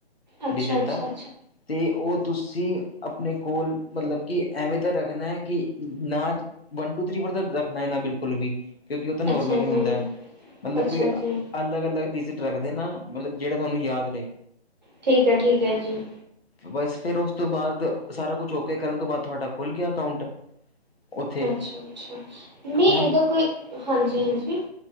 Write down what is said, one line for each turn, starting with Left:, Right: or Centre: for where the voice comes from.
Right: ਅੱਛਾ
Left: ਡਿਜਿਟ
Right: ਅੱਛਾ
Left: ਦਾ
Right: ਅੱਛਾ
Left: ਤੇ ਓ ਤੁਸੀਂ ਅਪਨੇ ਕੋਲ ਮਤਲਬ ਕਿ ਐਵੇਂ ਦਾ ਰੱਖਨੈ ਕਿ ਨਾਜ ਵਨ ਟੂ ਥੀ ਫੋਰ ਤਾਂ ਰੱਖਨਾ ਈ ਨਾ ਬਿਲਕੁਲ ਵੀ। ਕਿਉਂਕਿ ਓ ਤਾਂ ਨੋਰਮਲ
Right: ਅੱਛਾ
Left: ਹੀ
Right: ਜੀ
Left: ਹੁੰਦੈ, ਮਤਲਬ
Right: ਅੱਛਾ
Left: ਕੋਈ
Right: ਜੀ
Left: ਅਲੱਗ-ਅਲੱਗ ਡਿਜ਼ਿਟ ਰੱਖਦੇਨਾ। ਮਤਲਬ ਜੇੜਾ ਤੂਆਨੂੰ ਯਾਦ ਰਏ।
Right: ਠੀਕ ਐ, ਠੀਕ ਐ ਜੀ।
Left: ਬੱਸ ਫੇਰ ਉਸ ਤੋਂ ਬਾਦ ਸਾਰਾ ਕੁੱਛ ਓਕੇ ਕਰਨ ਤੋਂ ਬਾਦ ਥੂਆਡਾ ਖੁੱਲ ਗੇਆ ਅਕਾਊਂਟ। ਉੱਥੇ।
Right: ਅੱਛਾ-ਅੱਛਾ, ਨੀ
Left: ਹੁਣ,
Right: ਐਦਾ ਕੋਈ, ਹਾਂਜੀ-ਹਾਂਜੀ।